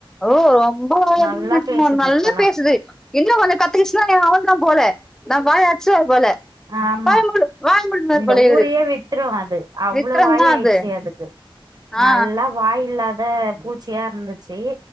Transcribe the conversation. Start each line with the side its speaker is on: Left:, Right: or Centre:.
Centre: ஓ ரொம்போ வாயு
Right: நல்லா
Centre: அதிகமாகுதுமா
Right: பேசுது
Centre: நல்லா
Right: இப்பல்லா
Centre: பேசுது இன்னோ கொஞ்சோ கத்துக்குச்சுன்னா என்ன அவ <unintelligible> <unintelligible> போல நம்ப வாய் அடச்சுடுவாரு போல
Right: ஆமா
Centre: வாய மூடு வாய மூடுன்னுவாரு
Right: இந்த
Centre: போல இவரு
Right: ஊரையே வித்துரு அது அவ்ளோ
Centre: விக்ரம்
Right: வாய்
Centre: தா
Right: ஆயிட்ச்சு
Centre: அது
Right: அதுக்கு
Centre: ஆ
Right: நல்லா வாய் இல்லாத பூச்சியா இருந்துச்சு